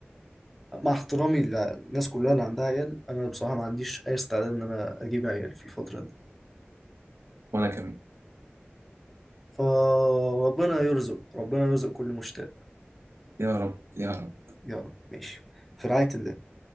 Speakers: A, in the centre; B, on the right.
A: مع احترامي للناس كلها اللي عندها عيال انا بصراحه ما عنديش اي استعداد ان انا اجيب عيال في الفتره دي
B: وأنا كمان
A: فربنا يرزق ربنا يرزق كل مشتاق
B: يا رب يا رب
A: يا رب ماشي في رعايه الله